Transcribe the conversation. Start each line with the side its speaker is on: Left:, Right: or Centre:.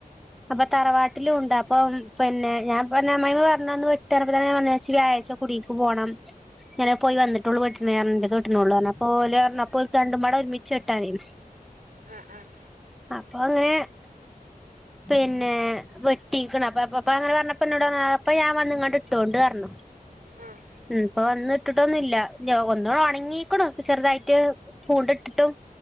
Centre: അപ്പൊ തറവാട്ടിലും ഉണ്ട് അപ്പൊ ഉം പിന്നെ ഞാൻ പറഞ്ഞു അമ്മായിമ്മ പറഞ്ഞുന്ന് വെട്ടാ റഞ്ഞപ്പൊതന്നെ ഞാപറഞ്ഞ ച്ച് വ്യാഴ ച്ച കുടീക് പോണം ഇങ്ങനെ പോയി വന്നിട്ടുള്ളൂ വേട്ടണേ പറഞ്ഞു ഇന്റേത് വെട്ടുന്നുള്ളു റഞ്ഞു അപ്പൊ ഓല് പറഞ്ഞു അപ്പൊ ഓൽക്ക് രണ്ടും പാടെ ഒരുമിച്ച് വെട്ടാ നെന്നു
Right: ആഹ് ആഹ്
Centre: അപ്പൊ അങ്ങനെ പിന്നെ വെ ട്ടീക്കണ് അപ്പൊ പ്പ പ്പ പ്പൊ അങ്ങനെ പറഞ്ഞ ഇനോട് റഞ്ഞു അപ്പൊ ഞാൻ വന്ന്ങ്ങാണ്ട് ഇട്ടോണ്ട് പറഞ്ഞു
Right: ആഹ്
Centre: ഉം അപ്പൊ വന്ന് ഇട്ടിട്ടൊന്നുല്ല ല്ലൊ ഒന്നു ഒണങ്ങീക്ണ് ചെറുതായിട്ട് പുണ്ട്ട്ടിട്ടും